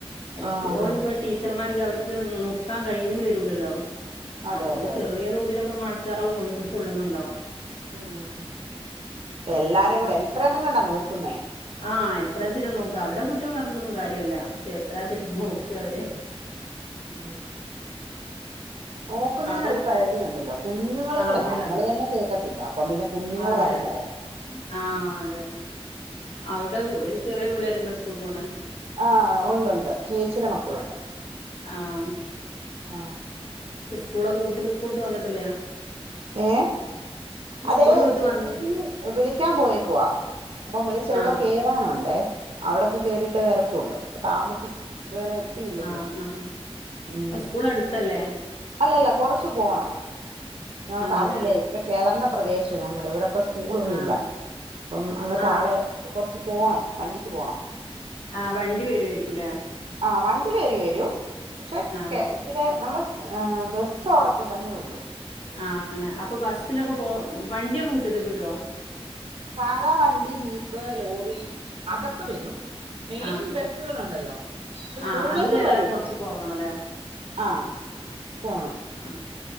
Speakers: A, on the left; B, on the right.
A: എപ്പോഴും
B: ആ അതെ അതെ
A: ഇ ടീച്ചർമാർക് അവർക്ക് നോക്കാൻ കഴിഞ്ഞ് വരൂല്ലല്ലോ.
B: അതെ
A: അപ്പൊക്കെ
B: അതെ
A: ചെറിയ തോതിലൊക്കെ മാഴ മഴചറവ് കൊണ്ട് കൊള്ളുന്നുണ്ടാവും.
B: ഉം എല്ലാരും
A: ആ
B: കൂടെ എത്രയന്നും കണ്ടാ നോക്കുന്നേ.
A: ആഹ് എത്രച്ചിട്ടാ നോക്ക അവരെ കുറ്റം പറഞ്ഞണ്ടൊന്നും കാര്യല്ല പക്ഷെ എത്ര ച്ചിട്ടാ നോക്ക അവര്
B: ആഹ് നോക്കുന്നതിന്
A: അവിടെ
B: ഒരു പരിധിയുണ്ടല്ലോ കുഞ്ഞുങ്ങളും
A: അതെ
B: കൂടെ നമ്മള്
A: അതെ
B: തന്നെ കേൾക്കത്തില്ല അപ്പ പിന്നെ കുഞ്ഞുങ്ങടെ
A: അതെ
B: കാര്യം പറയാം
A: ആഹ് അതെ അവിടെ എനി ചെറിയ പിള്ളേരുണ്ടോ സ്കൂളിൽ പോകുന്നേ
B: ആ ഉണ്ട് ഉണ്ട് ചേച്ചിയുടെ മക്കളുണ്ട്
A: ആഹ്
B: ആ
A: സ്കൂളൊക്കെ കുട്ടികള് സ്കൂട്ട് വന്നിട്ടില്ലാ
B: ഏ അതെ
A: സ്കൂള് വിട്ട്
B: ചിന്നു
A: വന്ന്
B: വിളിക്കാൻ പോയേക്കുവാ അപ്പൊ വിളിച്ച് എവിടോ
A: ആഹ്
B: കേറാനുണ്ടേ അവിടൊക്കെ കേയറിയിട്ടേ വരത്തുള്ളൂ അപ്പൊ താമസിക്കും ഇതുവരെ എത്തിയില്ലങ്ക
A: ആഹ് ആഹ്
B: ഉം
A: ആഹ് സ്കൂൾ അടുത്തല്ലേ
B: അല്ലല്ല കൊറച്ച് പോണം ഞങ്ങൾ
A: അതെല്ലേ
B: പറഞ്ഞില്ലേ ഇത്ര കെളന്ന പ്രദേശവ ഞങ്ങടെ ഇവിടെ ഇപ്പ സ്കൂളൊന്നുല്ല
A: ആഹ്
B: അപ്പം അങ്ങ്
A: ആഹ്
B: താഴെ കൊറച്ച് പോണം വണ്ടിക്ക് പോണം.
A: ആ വണ്ടി വരുവായിരിക്കുംല്ലേ.
B: ആ വണ്ടി കേറി വരും പക്ഷെ
A: ആഹ്
B: കേ പിന്നെ നമ്മുടെ ബസ് ഓടത്തില്ലെന്നേ ഉള്ളൂ.
A: ആ അങ്ങനെ അപ്പൊ ബസ്സിലൊക്കെ പോ വണ്ടിയൊക്കെ മുറ്റത്തേക്ക് വരുവോ.
B: സാധാ വണ്ടി ജീപ്പ് ലോറി അതൊക്കെ വരും. മെയിൻ
A: ആഹ്
B: ബസുകളുണ്ടല്ലോ ഇപ്പ സ്കൂൾ
A: ആഹ് അത്
B: ബസും
A: കയറാൻ
B: വരും.
A: കൊറച്ച് പോവണല്ലേ
B: ആ പോണം
A: ആ